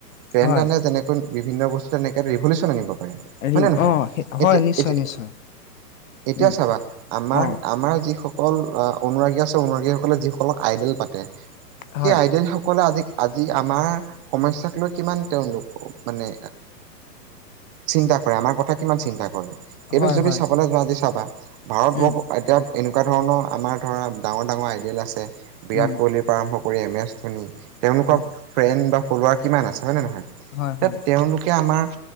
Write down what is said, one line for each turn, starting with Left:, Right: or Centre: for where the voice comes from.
Right: ট্ৰেণ্ড
Left: হয়
Right: আনে যেনে বিভিন্ন বস্তু এনেকে ৰিভলিচন আনিব পাৰে
Left: ৰিব
Right: হয় নে নহয়
Left: অ হয়
Right: এতিয়া
Left: নিশ্চয়
Right: এতিয়া
Left: নিশ্চয়
Right: এতিয়া
Left: উম
Right: চাবা আমাৰ
Left: অ
Right: আমাৰ যিস অকল অনুৰাগী আছে অনুৰাগীসকলে যিসকলক আইডেল পাতে
Left: হয়
Right: সেই আইডেল সকলে আজি আজি আমাৰ সমস্যাক লৈ কিমান তেওঁলোক মানে চিন্তা কৰে আমাৰ কথা কিমান চিন্তা কৰে এইটো
Left: হয়
Right: যদি
Left: হয়
Right: চাবলৈ যোৱা আজি চাবা ভাৰতবৰ্ষ
Left: উম
Right: এতিয়া এনেকুৱা ধৰণৰ আমাৰ ধৰা ডাঙৰ ডাঙৰ আইডিয়েল আছে বিৰাট
Left: উম
Right: কোহলি আৰম্ভ কৰি এম এছ ধনি তেওঁলোকৰ
Left: অ
Right: ফ্ৰেণ্ড বা ফলাৰ কিমান আছে হয় নে নহয় এতিয়া
Left: হয় হয়
Right: তেওঁলোকে আমাৰ